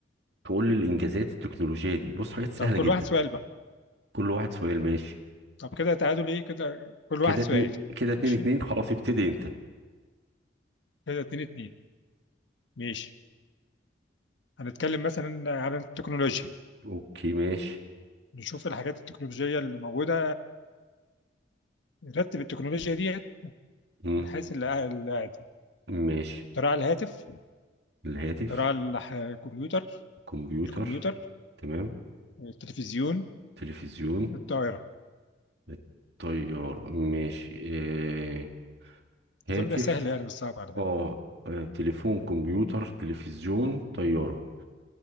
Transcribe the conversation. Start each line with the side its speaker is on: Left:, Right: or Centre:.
Right: تقول لي الانجازات التكنولوجية دي بص حاجات سهلة
Left: طب كل
Right: جدا
Left: واحد سؤال بقى
Right: كل واحد سؤال ماشي
Left: طب كده تعادل ايه كده كل
Right: كده
Left: واحد سؤال
Right: اتنين كده اتنين
Left: ماشي
Right: اتنين خلاص ابتدي انت
Left: كده اتنين اتنين ماشي هنتكلم مثلا عن التكنولوجيا
Right: اوكي ماشي
Left: نشوف الحاجات التكنولوجية اللي موجودة نرتب التكنولوجيا دي
Right: مم،
Left: من حيث ال- ال-
Right: ماشي
Left: اختراع الهاتف
Right: الهاتف
Left: اختراع الح- الكمبيوتر
Right: الكمبيوتر
Left: الكمبيوتر
Right: تمام
Left: التلفزيون
Right: تلفزيون
Left: الطائرة
Right: الطيار ماشي آه هاتف
Left: أظن ده سهل يعني مش صعب على فكرة
Right: اه آه، تليفون كمبيوتر تلفزيون طيارة